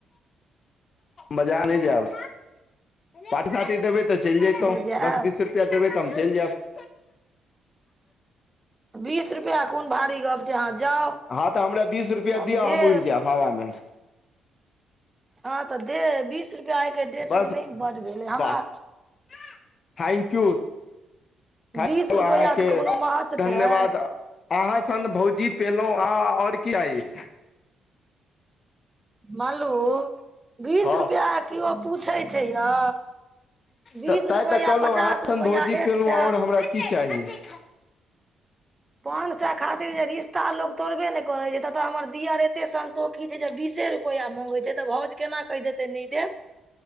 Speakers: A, on the left; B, on the right.
A: बजार नहि जैब पाटी-साटी देबै। तऽ चलि जेतौ
B: नहि जायब
A: दस बीस रुपआ देबे तऽ हम चलि जैब।
B: बीस रुपैआ कोन भारी गप्प छै अहाँ जाउ।
A: हँ तऽ हमरा बीस
B: तऽ
A: रुपैया दिअ
B: देब
A: हम उड़ि जैब हवामे
B: हँ तऽ दे बीस रुपैआ आइके डेट
A: बस
B: मे नहि बड भेलै हमरा
A: वाह <unintelligible> थैंक यू थैंक
B: बीस
A: यू अहाँके
B: रुपैआ के क कोनो महत्व
A: धन्यवाद
B: छै।
A: अहाँ सन भौजी पेलहु आ ओर की ची
B: मलू बीस
A: हँ
B: रुपैआ कओ पूछै छै यौ। बीस
A: तैँ
B: रुपैआ
A: तऽ कहलहुँ
B: पचास
A: अहाँ सन
B: रुपआ
A: भौजी
B: एक
A: पेलहुँ
B: से
A: आओर हमरा की चाही? <unintelligible>
B: पान साए खातिर जे रिश्ता लोग तोड़बे ने करै छै ततऽ हमर दियर एते संन्तोष अ की छै जे बीसे रुपैआ मंगै छै तऽ भावज केना कहि देतै नहि देब।